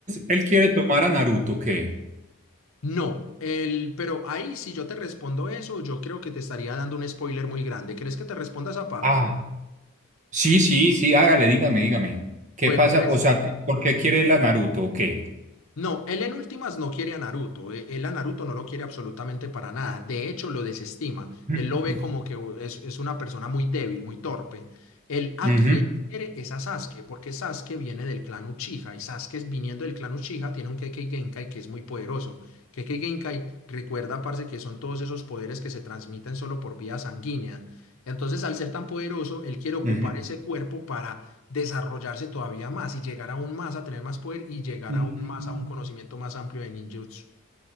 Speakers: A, on the right; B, on the left.
A: ¿él quiere tomar a Naruto, o qué?
B: no, el, pero ahí si yo te respondo eso, yo creo que te estaría dando un spoiler muy grande. ¿Crees que te responda esa parte?
A: Ah, sí, sí, sí, hágale, dígame, dígame. ¿Qué
B: Bueno,
A: pasa?
B: pues...
A: O sea, ¿por qué quiere él a Naruto, o qué?
B: No, él en últimas no quiere a Naruto. eh, Él a Naruto no lo quiere absolutamente para nada. De hecho, lo desestima.
A: <clears throat>
B: Él lo ve como que uh, es, es una persona muy débil, muy torpe. Él a
A: Ujú,
B: Mm. quien quiere es a Sasuke, porque Sasuke viene del clan Uchiha y Sasuke viniendo del clan Uchiha tiene un Kekkei Genkai que es muy poderoso. Kekkei Genkai recuerda, parce, que son todos esos poderes que se transmiten solo por vía sanguínea. Entonces, al ser tan poderoso, él quiere ocupar
A: ujú.
B: ese cuerpo para desarrollarse todavía más y llegar aún más a tener más poder y llegar
A: Mm.
B: aún más a un conocimiento más amplio de ninjutsu.